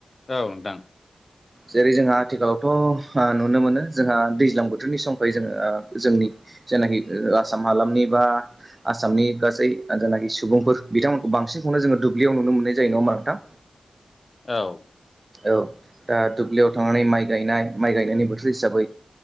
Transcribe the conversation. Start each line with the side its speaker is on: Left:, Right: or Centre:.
Left: औ नोंथां।
Right: जेरै जोंहा आथिखालावथ' आ नुनो मोनो जोंहा दैज्लां बोथोरनि समखाय जोङो ओ जोंनि जेनाखि आसाम हालामनि बा आसामनि गासै जेनाखि सुबुंफोर बिथांमोनखौ बांसिनखौनो जोङो दुब्लियाव नुनो मोननाय जायो नङा होनबा नोंथां।
Left: औ
Right: औ दा दुब्लियाव थांनानै माइ गायनाय माइ गायनायनि बोथोर हिसाबै